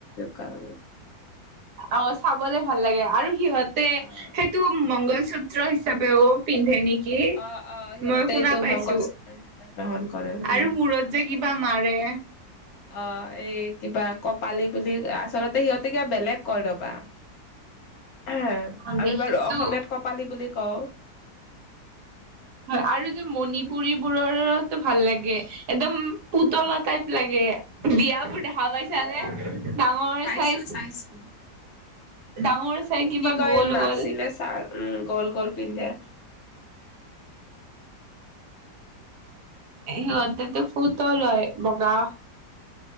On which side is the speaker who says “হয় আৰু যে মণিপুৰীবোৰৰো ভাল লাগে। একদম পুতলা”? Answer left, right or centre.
Right